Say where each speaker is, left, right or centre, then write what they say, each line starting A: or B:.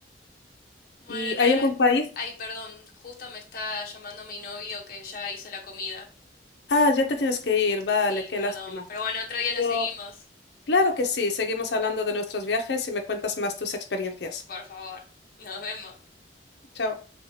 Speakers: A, on the left; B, on the left.
A: Bueno,
B: ¿Y
A: Ner,
B: hay algún país?
A: ay, perdón, justo me está llamando mi novio que ya hizo la comida.
B: Ah, ya te tienes que ir, vale,
A: Sí,
B: qué
A: perdón,
B: lástima.
A: pero bueno, otro día
B: Pero
A: la seguimos,
B: claro que sí, seguimos hablando de nuestros viajes y me cuentas más tus experiencias.
A: por favor. Nos vemos.
B: Chao.